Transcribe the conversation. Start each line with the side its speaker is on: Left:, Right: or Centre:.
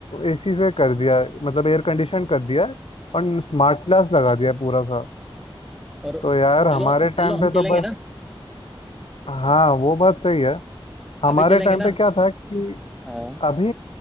Left: एसी से कर दिया है मतलब एयर कंडीशन कर दिया है और स्मार्ट क्लास लगा दिया है पूरा सा
Centre: और
Left: तो यार हमारे
Centre: चलो चलो
Left: टाइम
Centre: हम
Left: पे
Centre: चलेंगे
Left: तो बस
Centre: ना
Left: हाँ वो बात सही है हमारे
Centre: अभी चलेंगे
Left: टाइम
Centre: ना
Left: पे क्या था कि
Centre: हाँ
Left: अभी